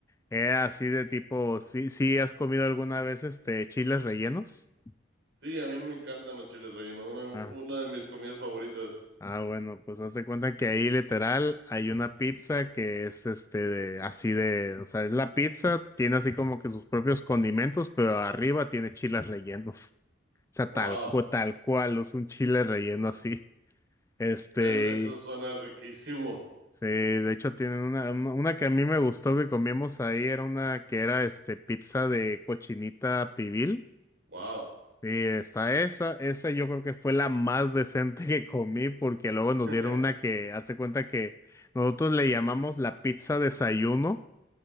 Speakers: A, on the left; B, on the right.
A: es así de tipo, sí, sí has comido alguna vez, este, chiles rellenos.
B: Sí, a mí me encantan los chiles rellenos, una,
A: Ah,
B: una de mis comidas favoritas.
A: ah, bueno, pues haz de cuenta que ahí literal hay una pizza que es, este, de, así de, o sea, es la pizza, tiene así como que sus propios condimentos, pero arriba tiene chiles rellenos. O sea,
B: Wow,
A: tal, cu- tal cual, es un chile relleno así. Este,
B: es- eso suena riquísimo.
A: Sí, de hecho tienen una, una una que a mí me gustó que comimos ahí, era una que era este pizza de cochinita pibil.
B: Wow,
A: Sí, está esa, esa yo creo que fue la más decente que comí porque luego
B: <laughs>
A: nos dieron una que, hazte cuenta que nosotros le llamamos la pizza desayuno,